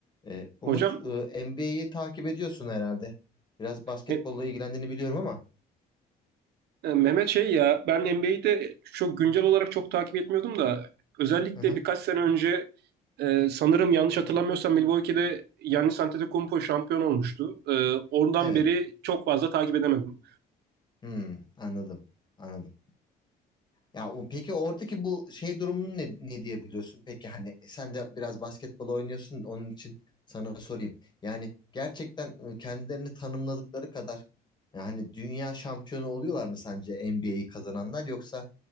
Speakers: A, on the left (about 25°); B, on the right (about 75°).
A: Ee, Umut,
B: Hocam
A: e, NBA'yi takip ediyorsun herhalde. Biraz basketbolla
B: e,
A: ilgilendiğini biliyorum ama.
B: e, Mehmet şey ya ben NBA'de çok güncel olarak çok takip etmiyordum da özellikle
A: Hı hı.
B: birkaç sene önce e, sanırım yanlış hatırlamıyorsam Milwaukee'de Giannis Antetokounmpo şampiyon olmuştu. E, oradan
A: Evet.
B: beri çok fazla takip edemedim.
A: Hmm, anladım. Anladım. Ya o- peki oradaki bu şey durumunu ne, ne diye biliyorsun? Peki hani e, sen de biraz basketbol oynuyorsun onun için sana sorayım. Yani gerçekten e, kendilerini tanımladıkları kadar yani dünya şampiyonu oluyorlar mı sence NBA'yi kazananlar yoksa